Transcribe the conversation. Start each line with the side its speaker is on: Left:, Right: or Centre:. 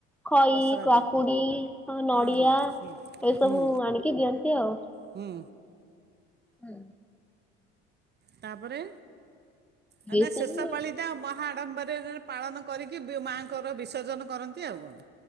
Centre: ଖଇ,
Right: ପସରା
Centre: କାକୁଡି,
Right: ଦିନ
Centre: ନଡିଆ
Right: ହଁ ହଁ ହୁଁ
Centre: ଏସବୁ
Right: ହୁଁ
Centre: ଆଣିକି ଦିଅନ୍ତି ଆଉ।
Right: ହୁଁ
Centre: ହୁଁ।
Right: ତାପରେ। <unintelligible>
Centre: ଏଇ ସବୁ
Right: ଶେଷ ପାଳି ଟା ମହାଆଡ଼ମ୍ବର <unintelligible> ପାଳନ କରିକି ମାଆଙ୍କର ବିସର୍ଜନ କରନ୍ତି ଆଉ କଣ।